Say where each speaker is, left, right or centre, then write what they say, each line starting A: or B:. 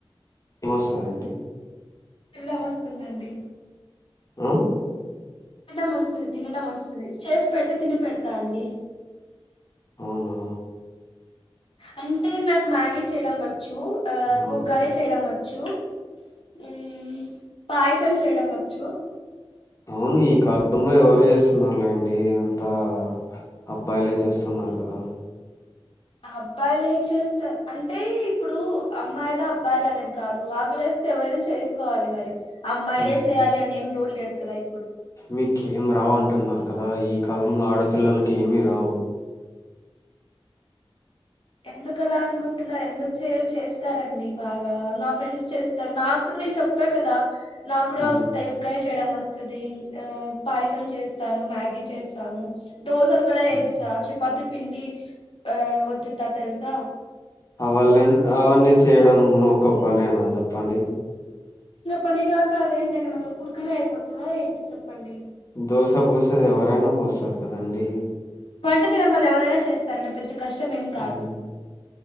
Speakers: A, on the left; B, on the left.
A: ఏం ఈస్తాయండి
B: గుడ ఒస్తుందండి
A: అ
B: టం మోస్తది తినటం ఒస్తది చేస్ పెట్తే తిని పెడ్తా అండి
A: ఔనా
B: అం టే నాక్ మ్యాగీ చేయడం వచ్చు ఆ
A: అవును
B: ఒక కరీ చేయ్డం వ చ్చు ఊమ్ పాయసం చేయ్డం వచ్చు
A: ఔను ఈ కాలంలో ఎవరు చేస్సున్నారులేండి అంతా అబ్బాయిలే చేస్తున్నారు కదా
B: అబ్బాయిలు ఏం చేస్తా అంటే ఇప్పుడు అమ్మాయిల అబ్బాయిలనేని కాదు ఆకలేస్తే ఎవరైనా చేస్కోవాలి మరి అమ్మాయిలే
A: ఉమ్
B: చేయాలి అని ఏం రూల్ లేద్ రై
A: మీకేం రావు అంటున్నార్ కదా ఈ కాలంలో ఆడపిల్లలకి ఏమి రావ్
B: ఎందుకు అలా అనుకుంటున్నారు ఎందుకు చేరు చేస్తారంండి బాగా నాక్ ఫ్రెండ్స్ చేస్తారు నాకు కూడా నేను చెప్ పె కద నాకు కూడా
A: ఉ
B: వస్తాయి ఉగ్గని చేయడం వస్ స్తది ఆ పాయసం చేస్తాను మ్యాగీ చేస్తాను దోసలు కూడా
A: ఉమ్
B: ఎస్తా చాపాతి పిండి ఆ ఓ తుత్తా తెల్సా
A: అవళని అవన్నీ చేయడం ఒక పనేనా చెప్పండి
B: పనిగాక అదేంటండి మన ఊరుకనే అయిపోతుందా ఏంటి చెప్పండి
A: దోశ పూసది ఎవరైనా పోస్తారు కదండి
B: వంట చేలమ్మల్లు ఎవరైనా చేస్తారంంటడి పెద్ద కష్టం ఏం కాదు
A: ఉమ్